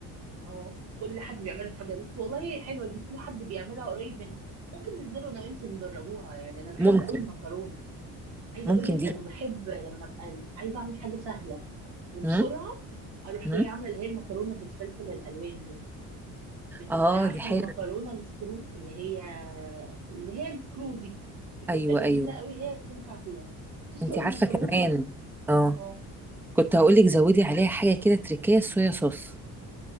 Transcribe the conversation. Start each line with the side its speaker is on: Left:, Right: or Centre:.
Right: اه كل حد بيعمل الحاجه بس والله حلوه دي في حد بيعملها قريب من ممكن ننزلوا انا وانتي نجربوها يعني انا بحب
Centre: ممكن
Right: قوي المكرونه عايزه
Centre: ممكن
Right: اقول لك
Centre: دي
Right: انا بحب لما ابقى عايزه اعمل حاجه سهله وبسرعه
Centre: مم؟
Right: اروح
Centre: مم؟
Right: جايه عامله اللي هي المكرونه بالفلفل الالوان دي بتبقى
Centre: اه
Right: عارفه
Centre: دي حلوه
Right: المكرونه السكرو اللي هي اللي هي السكرو دي بتبقى
Centre: ايوه
Right: جميله
Centre: ايوه
Right: قوي هي بتنفع فيها بتسلقي
Centre: انت عارفه
Right: المكرونه
Centre: كمان اه
Right: اه
Centre: كنت هقولك
Right: قولي.
Centre: زودي عليها حاجه كده تركيه صويا صوص